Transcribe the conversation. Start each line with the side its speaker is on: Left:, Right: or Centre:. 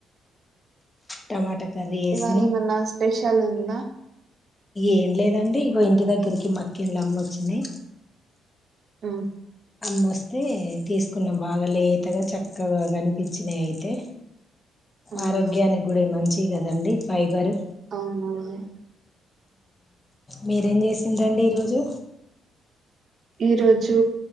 Left: టమాట కర్రీ వేసినం
Right: ఇవాళ ఏమన్నా స్పెషల్ ఉంది బ
Left: ఏం లేదండి ఇకో ఇంటి దగ్గరికి మక్కంలు అమ్మ వచ్చింది
Right: ఆ
Left: మస్త్ అయితే తీసుకున్న బాగా లేతగా చక్కగా కనిపించినాయి అయితే
Right: అవునా
Left: ఆరోగ్యానికి కూడా మంచి కదండి ఫైబర్
Right: అవునవును
Left: మీరేం చేసిండ్రి అండి ఈరోజు
Right: ఈరోజు